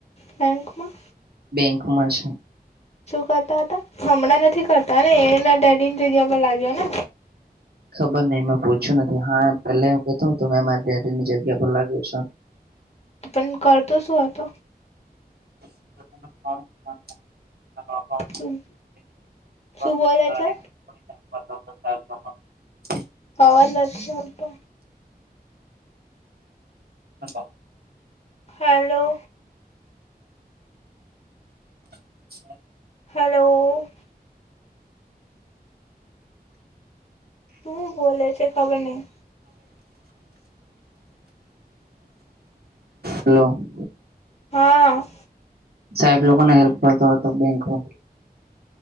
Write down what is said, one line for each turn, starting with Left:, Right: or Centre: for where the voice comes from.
Left: બેંકમાં.
Right: બેંક મળશે.
Left: શું કરતા હતા હમણાં નથી કરતા ને એના ડેડી ની જગ્યા પર લાગ્યો ને.
Right: ખબર નહિ મેં પૂછ્યું નથી હા પેલા એ કેતું તો મેં મારી ડેડી ની જગ્યા પર લાગ્યો છું એમ.
Left: પણ કરતો શું હતો.
Right: <inaudible> <inaudible>
Left: શું શું બોલે છે
Right: <inaudible>
Left: અવાજ નથી આવતો.
Right: હલો.
Left: હલો.
Right: <unintelligible>
Left: હલો. તું બોલે છે ખબર નઈ.
Right: <inaudible> હલો.
Left: હા.
Right: સાહેબ લોકોને હેલ્પ કરતો હતો બેંકમાં.